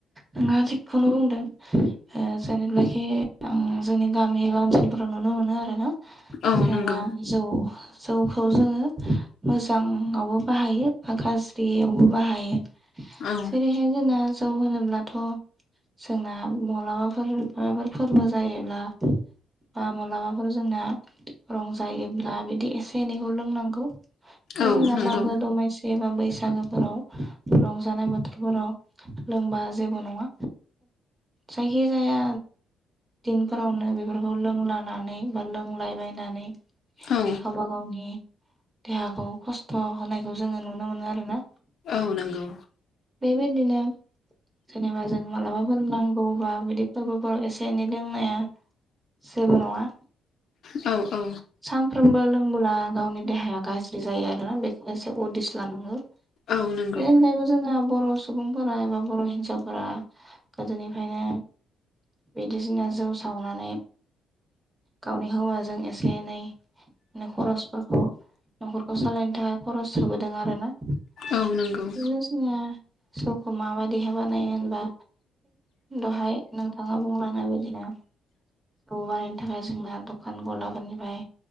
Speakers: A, on the right; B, on the left.
A: नोथाङा थिगखौनो बुंदों जेनेबाखि। आं जोंनि गामि एबा ओनसोलफोराव नुनो मोनो आरोना
B: औ
A: जेनेबा
B: नंगौ
A: जौ। जौखौ जोङो मोजाङावबो बाहायो बा गाज्रियावबो बाहायो।
B: औ
A: जेरैहाय जोंना जौ होनोब्लाथ'। जोंना माब्लाफोर माबाफोर फोरबो जायोब्ला बा मालाबाफोर जोंना रंजायोब्ला बिदि एसे एनैखौ लोंनांगौ बा
B: औ
A: जोंना
B: नंगौ
A: मागो दमासि बा बैसागोफोराव रंजानाय बोथोर फोराव लोंबा जेबो नङा जायखिजाया दिनफोरावनो बेफोरखौ लोंलानानै बा लोंलायबायनानै
B: औ
A: गावबा गावनि देहाखौ खस्थ' होनायखौ जोङो नुनो मोनो आरो ना
B: औ नंगौ
A: बेे बायदि नो जेनेबा जों मालाबाफोर नांगौबा बिदि फोरबोफोराव एसे एनै लोंनाया जेबों नङा
B: औ औ
A: सानफ्रोमबो लोंबोला गावनि देहाया गाज्रि जायो आरोना बेखौ एसे उदिस लानांगौ <unintelligible>
B: औ नंगौ
A: बर' सुबुंफोरा एबा बर' हिनजावफोरा गोदोनिफ्रायनो बिदिसिना जौ सावनानै गावनि हौवाजों एसे एनै माने खरसफोरखौ न'खरखौ सालायनो थाखाय खरस होबोदों आरो ना बेनोस
B: औ नंगौ
A: नङा सौखौ माबायदि हे बानायो होनबा दहाय नोंथाङा बुंलांनाय बादिनो बानायनो थाखाय जोंना दखान गलाफोरनिफ्राय